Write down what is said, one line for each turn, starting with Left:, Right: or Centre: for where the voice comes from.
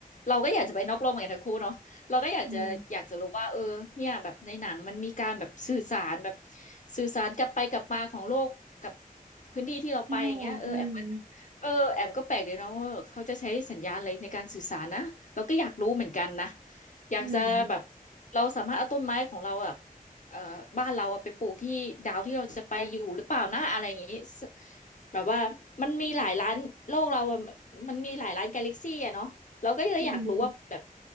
Left: เราก็อยากจะไปนอกโลกเหมือนกันทั้งคู่เนาะเราก็อยากจะอยากจะรู้ว่าเออเนี่ยแบบในหนังมันมีการแบบสื่อสารแบบ
Right: อืม
Left: สื่อสารกลับไปกลับมาของโลกกับพื้นที่ที่เราไปอย่างเงี้ยเออแอมมัน
Right: ที่นู่นอืม
Left: เออแอมก็แปลกเลยเนาะว่าเขาจะใช้สัญญาณอะไรในการสื่อสารนะเราก็อยากรู้เหมือนกันนะอยากจะแบบ
Right: อืม
Left: เราสามารถเอาต้นไม้ของเราอะ เอ่อบ้านเราอะไปปลูกที่ดาวที่เราจะไปอยู่หรือเปล่านะอะไรอย่างงี้สแบบว่ามันมีหลายร้านโลกเราอะมันมีหลายร้านกาแล็กซี่อะเนาะเราก็เลยอยากรู้ว่าแบบ
Right: อืม